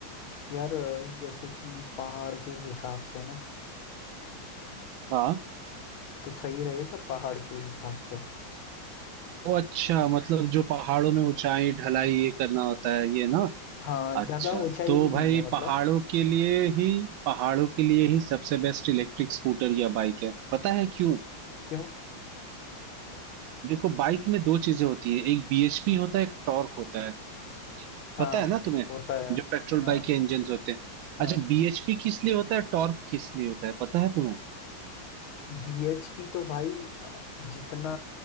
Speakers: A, on the left; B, on the right.
A: यार जैसे कि पहाड़ के हिसाब से ना
B: हाँ
A: तो सही रहेगा पहाड़ के हिसाब से
B: ओ अच्छा मतलब जो पहाड़ों में ऊंचाई ढलाई ये करना होता है ये ना
A: हाँ
B: अच्छा
A: ज़्यादा ऊंचाई
B: तो
A: भी नहीं
B: भाई
A: है मतलब
B: पहाड़ों के लिए ही पहाड़ों के लिए ही सबसे बेस्ट इलेक्ट्रिक स्कूटर या बाइक है पता है क्यों
A: क्यों
B: देखो बाइक में दो चीजें होती है एक बीएचपी होता है एक टॉर्क होता है
A: हाँ
B: पता है ना तुम्हें
A: होता है
B: जो पेट्रोल
A: हाँ
B: बाइक के इंजन होते हैं
A: हाँ
B: अच्छा बीएचपी किस लिए होता है टॉर्क किस लिए होता है पता है तुम्हें
A: बीएचपी तो भाई अ, जितना